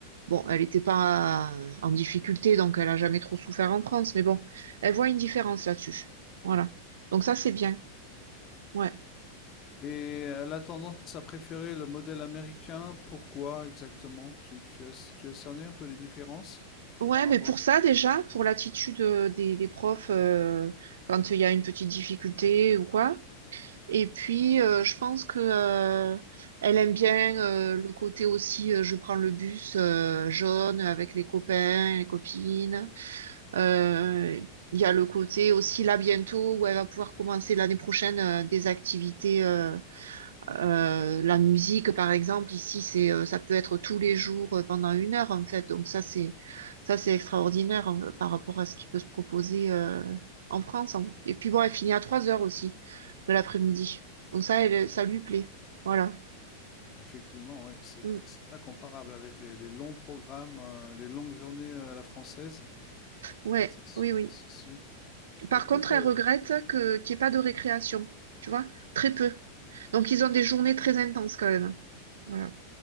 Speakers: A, on the right (about 60°); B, on the left (about 30°).
A: Bon, elle n'était pas en difficulté, donc elle a jamais trop souffert en France. Mais bon, elle voit une différence là-dessus. Voilà. Donc ça, c'est bien. Ouais.
B: Et elle a tendance à préférer le modèle américain. Pourquoi exactement? Tu, tu as, tu as cerné un peu les différences
A: Ouais,
B: par rapport
A: mais pour
B: à ça?
A: ça déjà, pour l'attitude euh, des, des profs euh, quand il y a une petite difficulté ou quoi. Et puis, euh, je pense que euh, elle aime bien euh, le côté aussi, euh, je prends le bus euh, jaune avec les copains, les copines. Euh, Il y a le côté aussi là bientôt où elle va pouvoir commencer l'année prochaine euh, des activités. euh, euh, la musique, par exemple, ici, c'est, euh, ça peut être tous les jours euh, pendant une heure, en fait. Donc ça, c'est, ça, c'est extraordinaire euh, par rapport à ce qui peut se proposer euh, en France. hein. Et puis bon, elle finit à trois heures aussi de l'après-midi. Donc ça, elle, ça lui plaît. Voilà.
B: Effectivement, oui, c'est
A: Mm.
B: pas, c'est pas comparable avec les, les longs programmes, euh, les longues journées euh, à la française.
A: Ouais,
B: C'est sûr,
A: oui, oui.
B: c'est sûr.
A: Par
B: Écoute,
A: contre,
B: euh,
A: elle regrette que qu'il n'y ait pas de récréation, tu vois, très peu. Donc ils ont des journées très intenses quand même. Voilà.